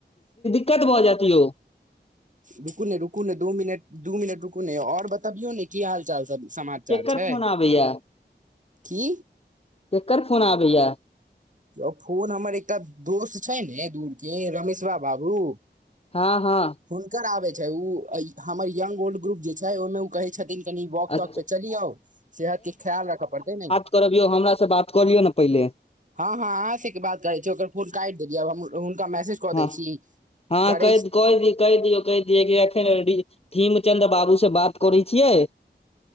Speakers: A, on the left; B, on the right.
A: दिक्कत भऽ जायत यौ
B: रुकू ने रुकू ने दू मिनट दू मिनट रुकू ने यौ आओर बतबियौ ने की हाल चाल सब समाचार
A: केकर
B: छै
A: फोन आबैया
B: की
A: केकर फोन आबैया
B: यौ फोन हमर एकटा दोस्त छै ने दूर के रमेश बा बाबू
A: हँ हँ
B: हुनकर आबै छै उ हमर यंग ओल्ड ग्रुप जे छै ओहिमें उ कहै छथि दिन कनि वॉक
A: अच्छा
B: ताॅक पे चलि आउ सेहत के ख्याल राखऽ पड़तै ने
A: करबियौ हमरा से बात करियौ ने पहिले
B: हँ हँ अहाँ से कि बात करै छी ओकर फोन काट देलियै हुनका मैसेज कऽ
A: हँ
B: दै छी
A: हँ
B: करै
A: कहि
B: छी
A: दियौ कहि दीयौ कहि दियऔ कहि किहैकि अखन थीमचंद बाबू से बात करै छियै